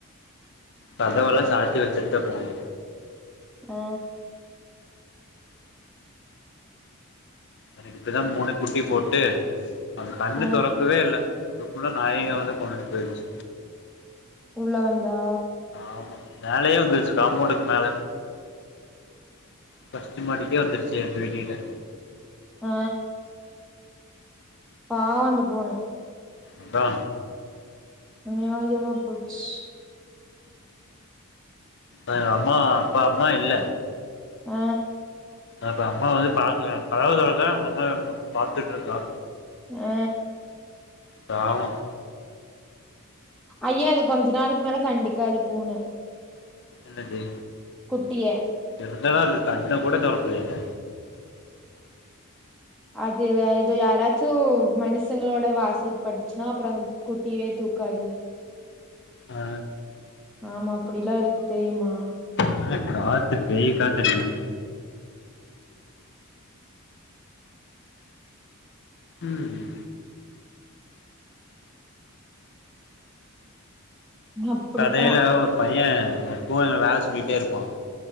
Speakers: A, on the left (about 55°); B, in the centre.
A: கதவெல்லா சாத்தி வச்சுட்டு தா போணு
B: ஆ
A: அது இப்ப தா மூணு குட்டி போட்டு அந்த கண்ணு
B: ஆ
A: தொரக் கவே இல்ல அதுக்குள்ள நாயிங்க வந்து கொண்டுட்டு போயிருச்சு
B: உள்ள வந்தா
A: ஆமா மேலயே வந்துருச்சு காம்போண்டுக்கு மேல ஃபர்ஸ்ட் மாடிக்கே வந்துடுச்சு எங்க வீட்டுகிட்ட
B: ஆ பாவ அந்த பூன
A: அதா
B: அநியாயமா போச்
A: அ அம்மா அப்ப அம்மா இல்ல
B: ஆ
A: அப்ப அம்மா வந்து பாக்கல <unintelligible> அவங்க அம்மா அப் பாத்துட்டுருக்கா
B: ஆ
A: பாவம்
B: ஐய அது கொஞ்ச நாளைக்கு மேல கண்டுக்காது பூன
A: என்னது
B: குட்டிய
A: என்ன இந்தாலும் அது கண்ண கூட தொறக்கல இல்ல
B: அதுவே இது யாரா து மனுஷங்களோட வாசப்பட்டுச்சுன்னா அப்பறம் அந்த குட்டியே தூக்காது
A: ஆ
B: ஆமா அப்டில்லா இருக்கு தெரியுமா
A: என்ன காத்து பேய் காத்து அடிக்குது ம்
B: அப்படித்தா
A: கடைல ஒர் பையன் எப்பவு எங்கள வேல சொல்லிட்டே இருப்பான்